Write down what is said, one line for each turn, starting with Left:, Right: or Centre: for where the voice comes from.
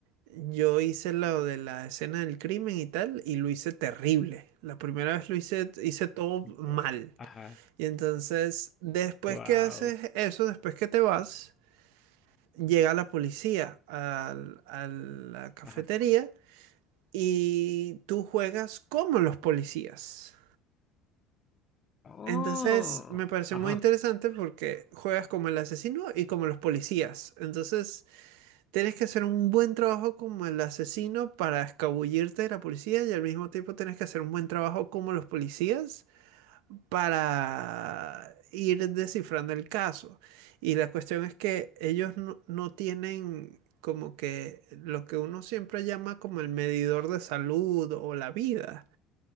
Right: yo hice lo de la escena del crimen y tal y lo hice terrible. La primera vez lo hice hice todo mal.
Left: gua- ajá,
Right: Y entonces después
Left: wow,
Right: que haces eso, después que te vas llega la policía al- a la cafetería
Left: ajá.
Right: y tú juegas como los policías.
Left: Oh,
Right: Entonces me parece
Left: ajá,
Right: muy interesante porque juegas como el asesino y como los policías. Entonces tienes que hacer un buen trabajo como el asesino para escabullirte de la policía y al mismo tiempo tienes que hacer un buen trabajo como los policías para ir descifrando el caso. Y la cuestión es que ellos no, no tienen como que lo que uno siempre llama como el medidor de salud o la vida.